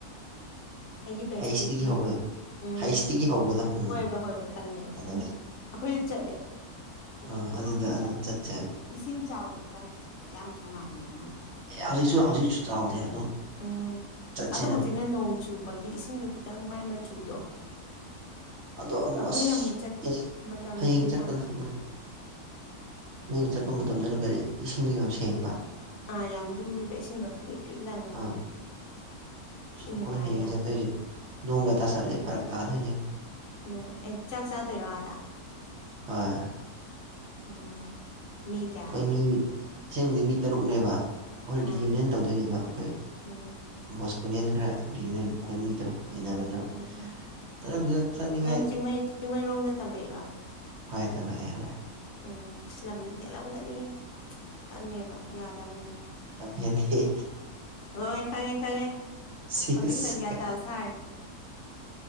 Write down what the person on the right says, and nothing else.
ꯍꯩꯁꯇꯒꯤ ꯍꯧꯕꯗꯣ
ꯍꯩꯁꯇꯒꯤ ꯍꯧꯕꯗꯣ ꯎꯝ
ꯑꯗꯨꯅꯦ
ꯑꯥ
ꯑꯗꯨ
ꯆꯠꯁꯦ ꯑꯦ
ꯑꯦ ꯍꯧꯖꯤꯛꯁꯨ ꯍꯧꯖꯤꯛꯁꯨ ꯆꯥꯎꯗꯦ ꯑꯗꯨꯝ
ꯆꯠꯁꯦꯅ
ꯑꯗꯨꯝ
ꯑꯗꯣ ꯑꯃꯨꯛ
ꯑꯁ
<unintelligible>
ꯍꯌꯦꯡ ꯆꯠꯄꯗ
<unintelligible> ꯅꯣꯏꯅ ꯆꯠꯄ ꯃꯇꯝꯗꯅ ꯀꯔꯤ ꯏꯁꯤꯡꯗꯣ ꯌꯥꯝ ꯁꯦꯡꯕ
ꯑꯥ
ꯑꯩꯈꯣꯏ
ꯍꯌꯦꯡ ꯆꯠꯇꯣꯏꯁꯦ ꯅꯣꯡꯒ ꯇꯥꯁꯜꯂꯛꯑꯦ ꯐꯔꯛ ꯇꯥꯔꯗꯨꯏꯅꯦ
ꯍꯣꯢ
ꯈꯣꯏ ꯃꯤ ꯑꯁꯦꯡꯕꯗꯤ ꯃꯤ ꯇꯔꯨꯛꯅꯦꯕ ꯑꯈꯣꯏ ꯔꯤꯌꯨꯅꯤꯌꯟ
ꯇꯧꯗꯣꯏꯅꯦꯕ ꯑꯈꯣꯏ
ꯕꯣꯁꯀꯣꯅꯤꯌꯟ ꯈꯔ ꯔꯤꯌꯨꯅꯤꯌꯟ ꯑꯈꯣꯏ ꯃꯤ ꯇꯔꯨꯛ
ꯇꯤꯟꯅꯕ
ꯇꯔꯨꯛ
ꯇꯔꯨꯛꯇꯨꯗ ꯆꯠꯅꯤꯡꯉꯥꯏ
ꯍꯣꯏ ꯇꯝꯃꯛꯑꯦ ꯍꯣꯏ
ꯂꯝꯍꯦꯟꯗꯦꯍꯦ
ꯁꯤꯁ